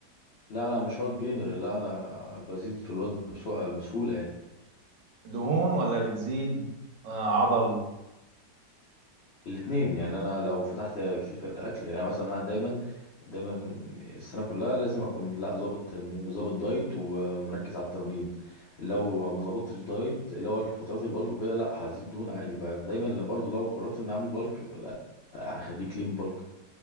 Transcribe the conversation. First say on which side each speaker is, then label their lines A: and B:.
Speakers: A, on the left; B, on the right.
A: لا انا مش هارد جينر لا انا بزيد في الوزن بسو- بسهوله يعني
B: دهون ولا بتزيد آه عضل
A: الاثنين يعني انا لو فتحت كتير في الاكل يعني أنا مثلا انا دايما دايما السنه كلها لازم اكون لا ظابط ظابط دايت ومركز على التمرين لو ما ظبطتش دايت اللي هو فترات البلك وكده لا هزيد دهون عادي فدايما لو- برضو لو قررت ان اعمل بلك لا اخليه كلين بلك